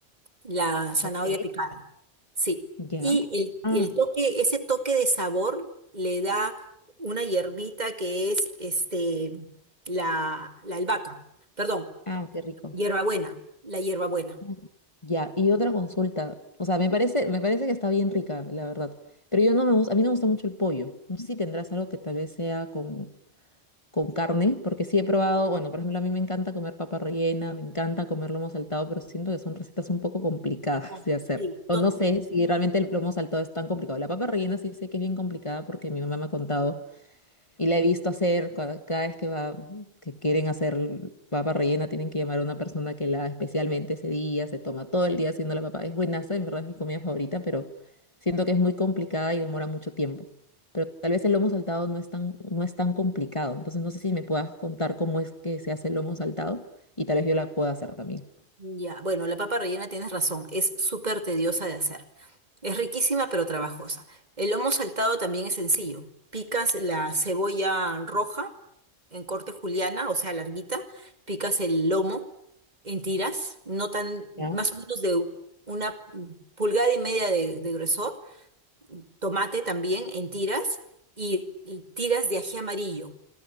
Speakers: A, on the right (about 40°); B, on the left (about 30°).
A: la zanahoria
B: Ok,
A: picada. Sí.
B: ya.
A: Y
B: Ah,
A: el, y el toque, ese toque de sabor le da una hierbita que es este, la, la albahaca, perdón,
B: ah, qué rico.
A: hierbabuena, la hierbabuena.
B: Ah, Ya, y otra consulta. O sea, me parece, me parece que está bien rica, la verdad. Pero yo no me gusta, a mí no me gusta mucho el pollo. No sé si tendrás algo que tal vez sea con con carne, porque sí he probado, bueno, por ejemplo, a mí me encanta comer papa rellena, me encanta comer lomo saltado, pero siento que son recetas un poco complicadas
A: Ah.
B: de hacer.
A: Sí,
B: O
A: son
B: no sé si realmente el lomo saltado es tan complicado. La papa rellena sí sé que es bien complicada porque mi mamá me ha contado y la he visto hacer cua- cada vez que va, que quieren hacer papa rellena, tienen que llamar a una persona que la haga especialmente ese día, se toma todo el día haciendo la papa. Es buenaza, en verdad es mi comida favorita, pero siento que es muy complicada y demora mucho tiempo. Pero tal vez el lomo saltado no es tan, no es tan complicado. Entonces no sé si me puedas contar cómo es que se hace el lomo saltado y tal vez yo la pueda hacer también.
A: Ya, bueno, la papa rellena tienes razón, es súper tediosa de hacer. Es riquísima pero trabajosa. El lomo saltado también es sencillo. Picas la cebolla roja en corte juliana, o sea, larguita, picas el lomo en tiras, no tan, más
B: Ya.
A: o menos de una pulgada y media de, de grosor, tomate también en tiras y, y tiras de ají amarillo.